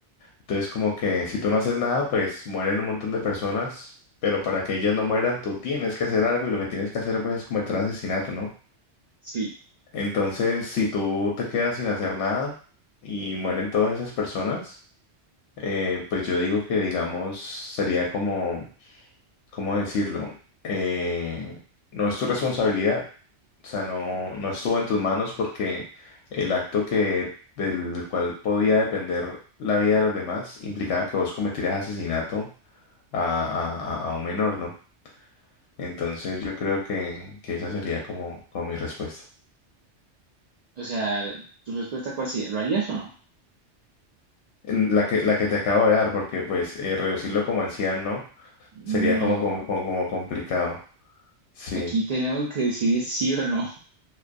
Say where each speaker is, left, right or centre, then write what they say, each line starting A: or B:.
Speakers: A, on the left; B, on the right.
A: Entonces, como que si tú no haces nada, pues mueren un montón de personas, pero para que ellas no mueran, tú tienes que hacer algo y lo que tienes que hacer, pues, es cometer asesinato, ¿no?
B: Sí.
A: Entonces, si tú te quedas sin hacer nada y mueren todas esas personas, eh, pues yo digo que, digamos, sería como... ¿cómo decirlo? Eh, no es tu responsabilidad. O sea, no, no estuvo en tus manos porque el acto que, del cual podía depender la vida de los demás implicaba que vos cometieras asesinato a, a- a- a un menor, ¿no? Entonces yo creo que, que esa sería como, como mi respuesta.
B: O sea, ¿tu respuesta cuál sería? ¿Lo harías o no?
A: En La que, la que te acabo de dar, porque pues eh, reducirlo como anciano
B: No.
A: sería como, como, como, como complicado. Sí.
B: Aquí tenemos que decidir sí o no.